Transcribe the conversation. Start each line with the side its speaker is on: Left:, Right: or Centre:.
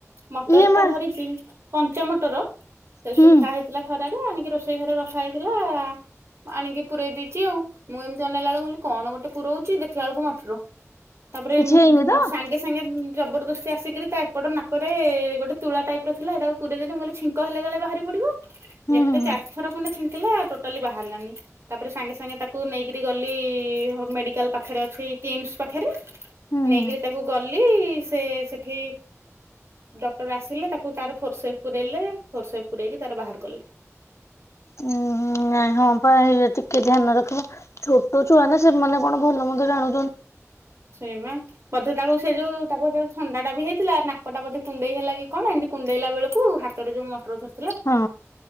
Right: ମଟର
Left: ଇଏ
Right: ଟା
Left: ମା
Right: ଧରିଛି କଞ୍ଚା ମଟର ସେ
Left: ହୁଁ
Right: ଶୁଖା ହେଇଥିଲା ଖରାରେ ଆଣିକି ରୋଷେଇ ଘରେ ରଖାହେଇଥିଲା। ଥିଲା ଆଣିକି ପୁରେଇ ଦେଇଛି ଆଉ ମୁଁ ଏମିତି ଅନେଇଲା ବେଳକୁ କହିଲି କଣ ଗୋଟେ ପୁରଉଛି ଦେଖିଲା ବଳକୁ ମଟର। ତାପରେ
Left: କିଛି
Right: ମୁଁ
Left: ହେଇନି ତ
Right: ସାଙ୍ଗେ ସାଙ୍ଗେ ଉଁ ଜବରଦସ୍ତି ଆସିକରି ତା ଏପଟ ନାକରେ ଗୋଟେ ତୁଳା ଟାଇପ ର ଥିଲା ହେଟାକୁ ପୁରେଇଦେଲି ମୁଁ କହିଲି ଛିଙ୍କ ହେଲେ କାଳେ ବାହାରି ପଡିବ
Left: ହୁଁ
Right: ଯେତେ
Left: ହୁଁ ହୁଁ
Right: ଚାର ଥର ଖଣ୍ଡ ଛିଙ୍କ ଥିଲା ଟୋଟାଲି ବାହାରିଲାନି ତାପରେ ସାଙ୍ଗେ ସାଙ୍ଗେ ତାକୁ ନେଇକରି ଗଲି ମେଡିକାଲ ପାଖରେ ଅଛି। କୀମସ୍ ପାଖରେ
Left: ହୁଁ
Right: ନେଇକିରି
Left: ହୁଁ।
Right: ତାକୁ ଗଲେ ଲି ସେ-ସେଠି ଡକ୍ଟର ଆସିଲେ ତାକୁ ତାର ଫୋର୍ସେପକୁ ନେଲେ ଫୋର୍ସେପକୁ ନେଇକି ତାର ବାହାର କଲେ।
Left: ଉଁଁ ନାଇଁ ହଁ ପା ଟିକେ ଧ୍ୟାନ ରଖିବ ଛୋଟ ଛୁଆ ନା ସେମାନେ କଣ ଭଲ ମନ୍ଦ ଜାଣୁ
Right: ଶୋଇବା ବୋଧେ ତାକୁ ସେ ଯେଉ ତାକୁ ଭରେ ଥଣ୍ଡାଟା ବି ହେଇଥିଲା ନାକଟା ମଧ୍ୟ କୁଣ୍ଡେଇ ହେଲା କି କଣ ଏମିତି କୁଣ୍ଡେଇଲା ବେଳକୁ ହାତରେ ଯେଉଁ ମଟର ଧର
Left: ହଁ